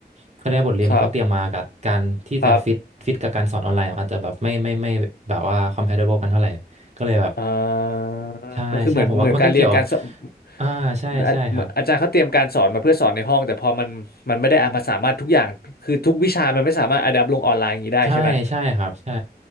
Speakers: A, on the right; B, on the left.
A: เขาเรียกว่าบทเรียนที่เขาเตรียมมากับการที่จะฟิตฟิตกับการสอนออนไลน์อาจจะแบบไม่ไม่ไม่ไม่แบบว่า
B: ครับครับ
A: compatible กันเท่าไหร่ก็เลยแบบ
B: อ่า
A: ใช่ใช่ผมว่ามันก็เกี่ยว
B: ก็คือเหมือนเหมือนการเรียนการสอน
A: อ่าใช่ใช่ครับ
B: เหมือนอาเหมือนอาจารย์เขาเตรียมการสอนมาเพื่อสอนในห้องแต่พอมันมันไม่ได้เอามาสามารถทุกอย่างคือทุกวิชามันไม่สามารถอะแดปลงออนไลน์อย่างนี้ได้ใช่ไหม
A: ใช่ใช่ครับใช่